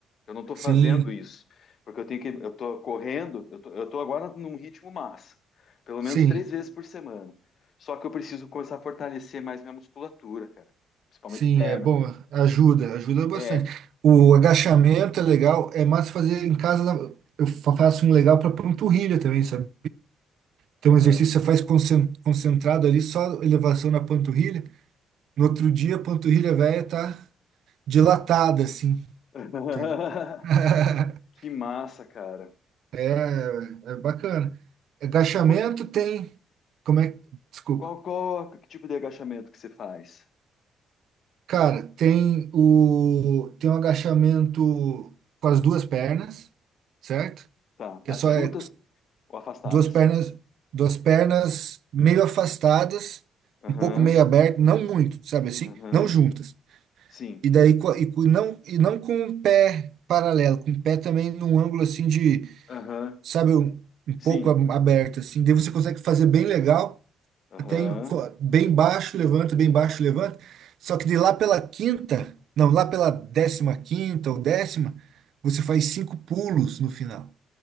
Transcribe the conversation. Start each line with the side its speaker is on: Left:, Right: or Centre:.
Left: Eu não estou
Right: Sim,
Left: fazendo isso, porque eu tenho que. Eu estou correndo, eu tô, eu tô agora num ritmo massa, pelo
Right: sim.
Left: menos três vezes por semana. Só que eu preciso começar a fortalecer mais minha musculatura, cara. Principalmente
Right: Sim,
Left: perna.
Right: é bom, ajuda, ajuda bastante.
Left: É.
Right: O agachamento é legal, é mais fazer em casa. na- Eu fa- faço um legal para panturrilha também, sabia? Então,
Left: aham.
Right: o exercício você faz concen- concentrado ali, só elevação na panturrilha. No outro dia, a panturrilha velha tá dilatada, assim.
Left: <laughs>
Right: entende? <laughs>
Left: Que massa, cara.
Right: É, é bacana. Agachamento
Left: Como,
Right: tem, como é, desculpa.
Left: qual, qual, que tipo de agachamento que você faz?
Right: Cara, tem o tem um agachamento com as duas pernas, certo?
Left: Tá.
Right: Que
Left: Ah,
Right: é só
Left: Juntas
Right: é,
Left: ou afastadas?
Right: duas pernas, duas pernas meio afastadas, um
Left: Aham,
Right: pouco meio aberto, não muito, sabe assim?
Left: aham.
Right: Não juntas.
Left: Sim.
Right: E daí co- e, co- não e não com o pé paralelo, com o pé também num ângulo assim de,
Left: Aham,
Right: sabe, um, um
Left: sim.
Right: pouco a- aberto assim. Daí você consegue fazer bem legal,
Left: Aham.
Right: até em co- bem baixo, levanta, bem baixo, levanta. Só que de lá pela quinta, não, lá pela décima quinta ou décima, você faz cinco pulos no final.